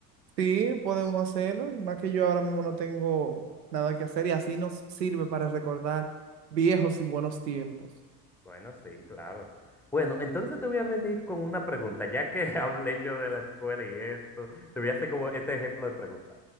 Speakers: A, on the right; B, in the centre.
A: Sí, podemos hacerlo. Y más que yo ahora mismo no tengo nada que hacer y así nos sirve para recordar viejos y buenos tiempos.
B: Bueno, sí, claro. Bueno, entonces te voy a venir con una pregunta, ya que <laughs> hablé yo de la escuela y esto, te voy a hacer como este ejemplo de pregunta.